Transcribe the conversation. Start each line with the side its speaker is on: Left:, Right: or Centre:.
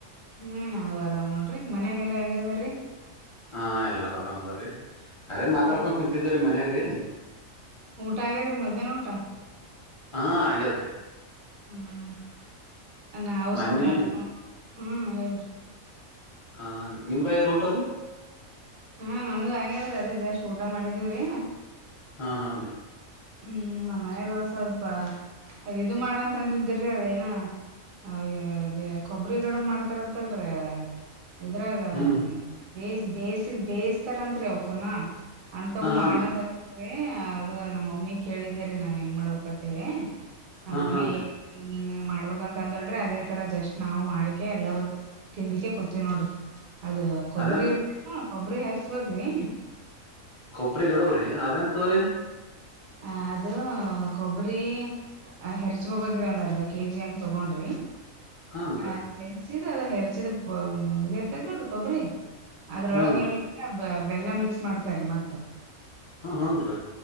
Right: ಹ್ಮ್ ನಾವ್ ಆರಾಮ್ ನೋಡ್ರಿ. ಮನ್ಯಾಗೆಲ್ಲಾ ಹೆಂಗರ್ ದ್ರೀ,
Left: ಹಾ ಎಲ್ಲಾರ ಆರಾಮ್ ಅದ್ರೀ. ಅದೇ ಮಾತಾಡ್ಕೊಂಡ್
Right: ಹ್ಮ್
Left: ಕುಂತಿದ್ದ್ರರಿ ಮನ್ಯಾಗ್ರಿ.
Right: ಊಟ ಆಗೇದ್ರಿ. ಮಧ್ಯಾಹ್ನ ಊಟ.
Left: ಹಾ ಆಗ್ಯದ್ರಿ.
Right: ಹ್ಮ್ ಅವು
Left: ಮೊನ್ನೆ
Right: ಸ್ವಲ್ಪ ಮಧ್ಯಾಹ್ನ ಹ್ಮ್ ಹೇಳ್ರಿ.
Left: ಹ ನಿಮ್ದ ಆಗ್ಯಾದ್ರಿ ಊಟ ರೀ.
Right: ಹಾ ನಮ್ದು ಆಗ್ಯದ್ರಿ ಅದೇ ಜಾಸ್ಟ್ ಊಟ ಮಾಡಿದೀವ್ರಿ.
Left: ಹಾ ಹಾನ್ರಿ.
Right: ಹ್ಮ್ ನ ಮನ್ಯಾಗ ಸ್ವಲ್ಪ ಅದ ಇದ ಮಾಡಂತ ಅಂದದ್ರಿ ಅದೇನ, ಅಯ ಅದೇ ಕೊಬ್ಬರಿಗಡುಬು ಮಾಡ್ತಾರತ್ತಲ್ರೀ. ಇದ್ರಾಗ
Left: ಹ್ಮ್ ಹ್ಮ್
Right: ಬೇಯ ಬೇಯಸಿದ ಬೇಯಿಸತಾರಂರಿ ಅವಕ್ರನಾ. ಅಂತವು
Left: ಹಾ ಹಾನ್ರಿ
Right: ಮಾಡಂತ ಅಂದಿದ್ರಿ ಅದು ನಮ್ಮ ಮಮ್ಮಿ ಕೇಳಿದ್ದರಿ ನಾನ್ ಹೆಂಗ ಮಾಡ್ಬೇಕಂತೇಳಿ. ನಮ್ಮಮಮ್ಮಿ,
Left: ಹಾ ಹಾನ್ರಿ
Right: ಇಂಗ್ ಇಂಗ್ ಮಾಡ್ಬೇಕಂತ ಅಂದಳರಿ ಅದೇ ತರ ಜಸ್ಟ್ ನಾವು ಮಾಡಿಕೆ ಎಲ್ಲಾರೂ, ತಿಂದಿಕ್ಕೆ ಕೂತವಿನೋಡ್ರಿ. ಅದ ಕೊಬ್ಬರಿ
Left: ಅದೇನ್
Right: ಇರ್ತ ಕೊಬ್ಬರಿ ಹರ್ಚ್ಬೇಕ್ರಿ.
Left: ಕೊಬ್ಬರಿ ಗಡಬ್ರಿ ಅದ ಎಂತದ್ರಿ.
Right: ಹ ಅದು ಕೊಬ್ಬರಿ, ಆ ಹೆರ್ಚ್ಕೋಕ್ಬೇಕ್ ಒಂದ್ ಅಂರ್ದ ಕೆಜಿ ಅಂಗ್ ತಗೊಂಡ್ರಿ.
Left: ಹಾನ್ರಿ
Right: ಆ ಹೆರ್ಚಿದ ಅದ ಹೆರ್ಚಿದ ಇದ ಇರ್ತೈದ್ ನೋಡ್ರಿ ಕೊಬ್ಬರಿ, ಅದ್ರೊಳಗ
Left: ಹಾನ್ರಿ
Right: ಇಲ್ರಿ ಬೆಲ್ಲ ಮಿಕ್ಸ್ ಮಾಡ್ತಾರಿ. ಮತ್ತ,
Left: ಹಾ ಹನ್ರಿ